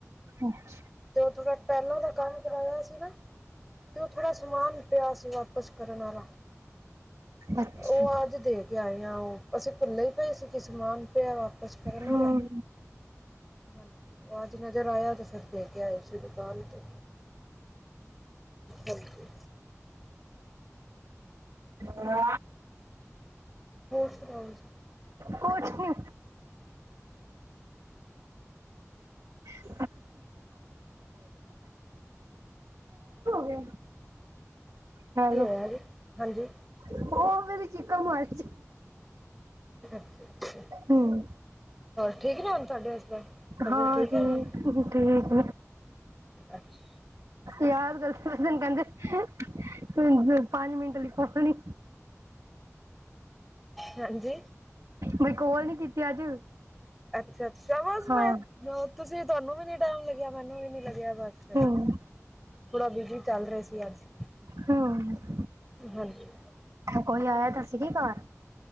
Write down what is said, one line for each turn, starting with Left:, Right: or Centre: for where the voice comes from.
Right: ਅਛ
Centre: ਤੇ ਉਹ ਥੋੜਾ ਟਹਿਲਾਂ ਦਾ ਕੰਮ ਕਰਾਇਆ ਸੀ ਨਾ ਤੇ ਉਹ ਥੋੜਾ ਸਮਾਨ ਪਿਆ ਸੀਗਾ ਪਸ ਕਰਨ ਵਾਲਾ,
Right: ਅੱਛਾ
Centre: ਉਹ ਅੱਜ ਦੇਖ ਆਂ ਉਹ, ਅਸੀਂ ਪੱਲੇ ਪਏ ਸੀ ਕਿ ਸਮਾਨ ਪਿਆ ਵਾਪਿਸ ਕਰਨ
Right: ਹਮ
Centre: ਵਾਲਾ ਹਾਂਜੀ ਆਹਜ ਨਜ਼ਰ ਆਇਆ ਤੇ ਫਿਰ ਲੈ ਕੇ ਆਏ ਸੀ ਦੁਕਾਨ 'ਤੇ ਹਾਂਜੀ।
Right: ਆ
Centre: ਬਹੁਤ ਸੁਣਾਓ ਜ
Right: ਕੁਛ ਨੀ <unintelligible> ਗੇ ਹੈਲੋ
Centre: ਕੀ ਹੋਇਆ
Right: <unintelligible>
Centre: ਜੀ ਹਾਂਜੀ
Right: ਉਹ ਫੇਰੀ ਚੀਕਕਾ ਮਰਚ
Centre: ਅੱਛਾ- ਅੱਛਾ
Right: ਹਮ
Centre: ਹੋਰ ਠੀਕ ਨੇ ਹੁਣ ਸਾਡੇ ਇਸ ਸਾਡੇ
Right: ਹਾਂ
Centre: ਠੀਕ ਆ ਨਾ।
Right: ਠੀਕ
Centre: ਅੱਛਾ।
Right: ਯਾਦ ਗੱਲ ਦਿਨ ਕਹਿੰਦੇ ਪੰਜ ਮਿੰਟ ਲਈ ਪਤਣੀ
Centre: ਹਾਂਜੀ
Right: ਮਈ ਕੋਲ ਨੀ ਕੀਤੀ। ਅੱਜ
Centre: ਅੱਛਾ- ਅੱਛਾ ਬਸ
Right: ਹਾਂ
Centre: ਮੈਂ ਤੁਸੀਂ ਤੁਹਾਨੂੰ ਵੀ ਨੀ ਟਾਈਮ ਲੱਗਿਆ ਮੈਨੂੰ ਵੀ ਨੀ ਲੱਗਿਆ ਬਸ
Right: ਹਮ
Centre: ਥੋੜਾ ਬਿਜੀੀ ਚੱਲ ਰਿਹਾ ਸੀ ਅੱਜ।
Right: ਹਮ
Centre: ਹਾਂਜੀ।
Right: ਕੋਈ ਆਇਆ ਤਾਂ ਸੀਗੀ ਘਰ